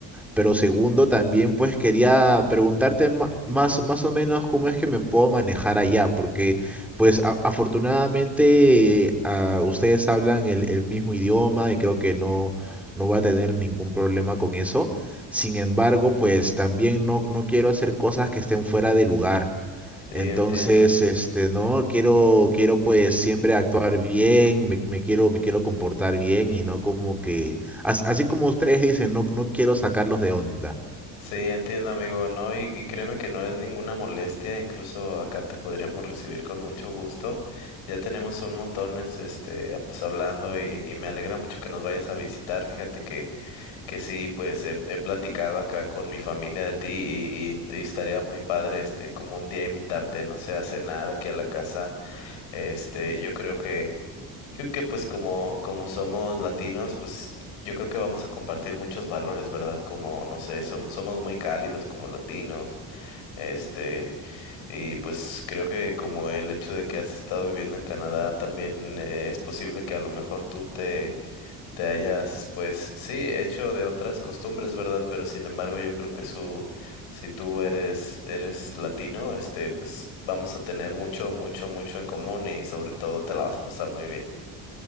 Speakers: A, in the centre; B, on the left.
A: Pero segundo, también pues quería preguntarte ma- más, más o menos cómo es que me puedo manejar allá, porque pues a- afortunadamente eh, ah, ustedes hablan el, el mismo idioma y creo que no, no voy a tener ningún problema con eso. Sin embargo, pues también no, no quiero hacer cosas que estén fuera de lugar.
B: Sí,
A: Entonces,
B: entiendo.
A: este, no, quiero, quiero pues siempre actuar bien, me, me quiero, me quiero comportar bien y no como que, as- así como ustedes dicen, no, no quiero sacarlos de onda.
B: Sí, entiendo, amigo. No, y, y créeme que no es ninguna molestia. Incluso acá te podríamos recibir con mucho gusto. Ya tenemos un montón, es- este, ah, pues hablando y, y me alegra mucho que nos vayas a visitar. Fíjate que, que sí, pues he, he platicado acá con mi familia de ti y, y, y estaría muy padre, este, como un día invitarte, no sé, a cenar aquí a la casa. Este, yo creo que Creo que pues como, como somos latinos, pues yo creo que vamos a compartir muchos valores, ¿verdad? Como, no sé, som- somos muy cálidos como latinos, este, y pues creo que como el hecho de que has estado viviendo en Canadá, también eh, es posible que a lo mejor tú te, te hayas, pues sí, hecho de otras costumbres, ¿verdad? Pero sin embargo, yo creo que su, si tú eres, eres latino, este, pues vamos a tener mucho, mucho, mucho en común y sobre todo te la vas a pasar muy bien.